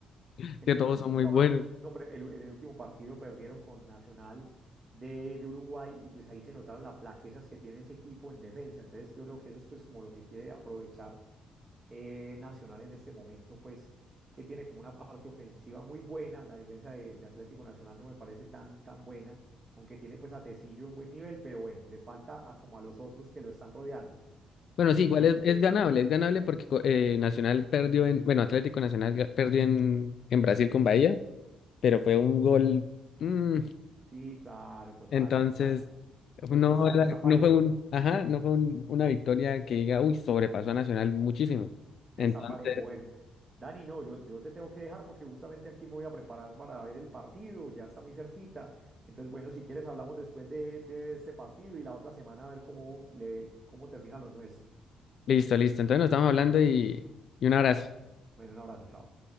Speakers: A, on the left; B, on the right.
A: <laughs>
B: En
A: que
B: el
A: todos
B: último,
A: son muy
B: par-
A: buenos.
B: no, pero el- en el último partido perdieron con Nacional de, de Uruguay y pues ahí se notaron las flaquezas que tiene ese equipo en defensa. Entonces yo creo que eso es pues como lo que quiere aprovechar eh, Nacional en este momento, pues que tiene como una parte ofensiva muy buena. La defensa de, de Atlético Nacional no me parece tan, tan buena, aunque tiene pues a Tecillo en buen nivel, pero bueno, le falta a, como a los otros que lo están rodeando.
A: Bueno,
B: Entonces,
A: sí, igual es, es ganable, es ganable porque co- eh, Nacional perdió en, bueno, Atlético Nacional ga- perdió en, en Brasil con Bahía, pero fue un gol, mm,
B: sí, claro, total,
A: entonces
B: total. E-
A: no
B: Está,
A: era-
B: está parejo.
A: no fue un, ajá, no fue un- una victoria que diga, uy, sobrepasó a Nacional muchísimo.
B: Está
A: Entonces,
B: parejo. Bueno, Dani, no, yo, yo te tengo que dejar porque justamente aquí me voy a preparar para ver el partido, ya está muy cerquita. Entonces, bueno, si quieres hablamos después de, de este partido y la otra semana a ver cómo le, cómo terminan los nuestros.
A: listo, listo. Entonces nos estamos hablando y, y un abrazo.
B: Bueno, un abrazo, chao.